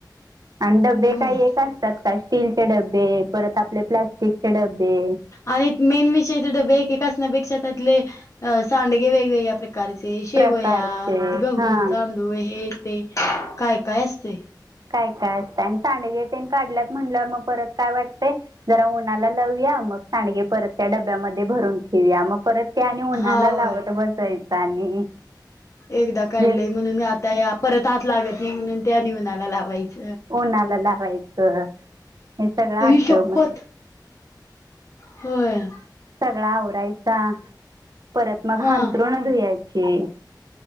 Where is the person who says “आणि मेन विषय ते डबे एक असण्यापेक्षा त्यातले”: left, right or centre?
Left